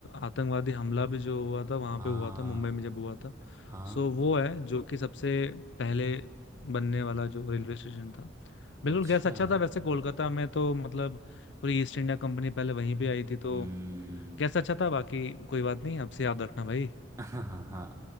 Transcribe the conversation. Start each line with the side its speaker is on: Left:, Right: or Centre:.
Left: आतंकवादी हमला भी जो हुआ था वहां
Right: हाँ
Left: पे हुआ था मुंबई में जब हुआ था
Right: हाँ
Left: सो वो है जो कि सबसे पहले बनने वाला जो रेलवे स्टेशन था बिल्कुल
Right: अच्छा
Left: गैस अच्छा था वैसे कोलकाता में तो मतलब पूरी ईस्ट इंडिया कंपनी पहले वहीं पे आई थी तो
Right: हम्म
Left: गैस अच्छा था बाकी कोई बात नहीं अब से याद रखना भाई
Right: <laughs> हाँ हाँ हाँ